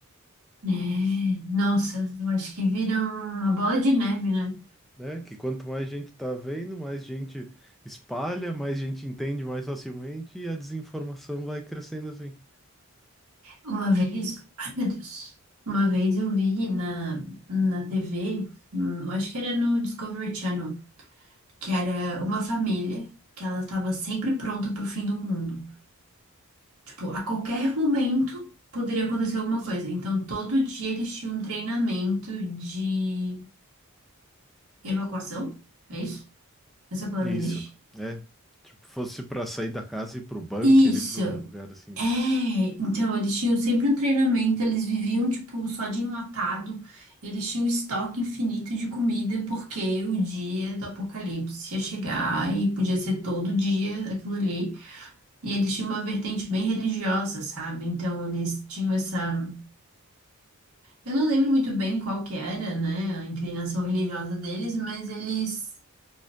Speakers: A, on the right (about 80°); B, in the centre.
A: É, nossa, eu acho que vira uma bola de neve, né?
B: né? Que quanto mais gente tá vendo, mais gente espalha, mais gente entende mais facilmente e a desinformação vai crescendo assim.
A: Uma vez, ai meu Deus, uma vez eu vi na, na TV, hum, eu acho que era no Discovery Channel, que era uma família que ela estava sempre pronta pro fim do mundo. Tipo, a qualquer momento poderia acontecer alguma coisa. Então, todo dia eles tinham um treinamento de evacuação, é isso? Essa palavra
B: Isso,
A: existe?
B: é. Tipo, fosse para sair da casa e ir pro bunker,
A: Isso!
B: ir para um lugar assim, né?
A: É, então eles tinham sempre um treinamento, eles viviam tipo só de enlatado, eles tinham estoque infinito de comida porque o dia do apocalipse ia chegar e podia ser todo dia aquilo ali. E eles tinham uma vertente bem religiosa, sabe? Então eles tinham essa, eu não lembro muito bem qual que era, né, a inclinação religiosa deles, mas eles